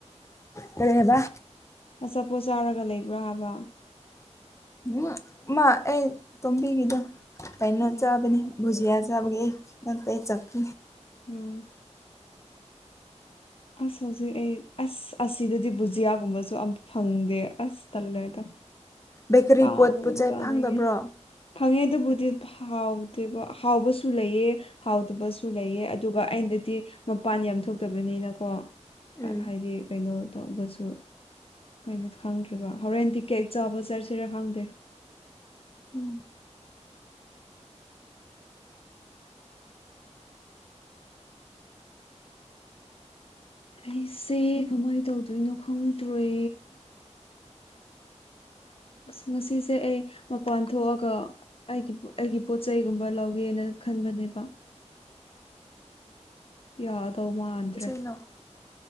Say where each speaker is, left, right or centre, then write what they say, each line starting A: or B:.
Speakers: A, on the left; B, on the left.
A: ꯀꯔꯤ ꯍꯥꯏꯕ
B: ꯑꯆꯥꯄꯣꯠ ꯆꯥꯎꯥꯔꯒ ꯂꯩꯕ꯭ꯔꯥ ꯍꯥꯏꯕ
A: ꯎ ꯃꯥ ꯑꯩ ꯇꯣꯝꯕꯤꯒꯤꯗꯣ ꯀꯩꯅꯣ
B: ꯎꯝ
A: ꯆꯥꯕꯅꯦ ꯕꯨꯖꯤꯌꯥ ꯆꯥꯕꯒꯤ ꯑꯩ ꯅꯠꯇꯦ ꯆꯠ <unintelligible>
B: ꯎꯝ ꯑꯁ ꯍꯧꯖꯤꯛ ꯑꯩ ꯑꯁ ꯑꯁꯤꯗꯗꯤ ꯕꯨꯖꯤꯌꯥꯒꯨꯝꯕꯁꯨ ꯑꯝꯇ ꯐꯪꯗꯦ ꯑꯁ ꯇꯜꯂꯦꯗ
A: ꯕꯦꯀꯔꯤ
B: <unintelligible> ꯆꯅꯤꯡꯉꯦ
A: ꯄꯣꯠ ꯄꯣꯠꯆꯩ ꯐꯪꯗꯕ꯭ꯔꯣ
B: ꯐꯪꯉꯦ ꯑꯗꯨꯕꯨꯗꯤ ꯍꯥꯎꯇꯦꯕ ꯍꯥꯎꯕꯁꯨ ꯂꯩꯌꯦ ꯍꯥꯎꯇꯕꯁꯨ ꯂꯩꯌꯦ ꯑꯗꯨꯒ ꯑꯩꯅꯗꯤ ꯃꯄꯥꯟ ꯌꯥꯝ ꯊꯣꯛꯇꯕꯅꯤꯅꯀꯣ ꯍꯣꯏ
A: ꯎꯝ
B: ꯍꯥꯏꯗꯤ ꯀꯩꯅꯣ ꯇꯧꯕꯁꯨ ꯀꯩꯅꯣ ꯈꯪꯗ꯭ꯔꯤꯕ ꯍꯣꯔꯦꯟꯗꯤ ꯀꯦꯛ ꯆꯥꯕ ꯆꯠꯁꯤꯔꯦꯥ ꯈꯪꯗꯦ
A: ꯎꯝ
B: ꯑꯩꯁꯦ ꯀꯃꯥꯏꯅ ꯇꯧꯗꯣꯏꯅꯣ ꯈꯪꯗ꯭ꯔꯦ ꯑꯁ ꯉꯁꯤ ꯁꯦ ꯑꯩ ꯃꯄꯥꯟ ꯊꯣꯛꯑꯒ ꯑꯩꯒꯤ ꯑꯩꯒꯤ ꯄꯣꯠꯆꯩꯒꯨꯝꯕ ꯂꯧꯒꯦꯅ ꯈꯟꯕꯅꯦꯕ ꯌꯥꯗꯧ ꯃꯥꯟꯗ꯭ꯔꯦ
A: ꯀꯤꯅꯣ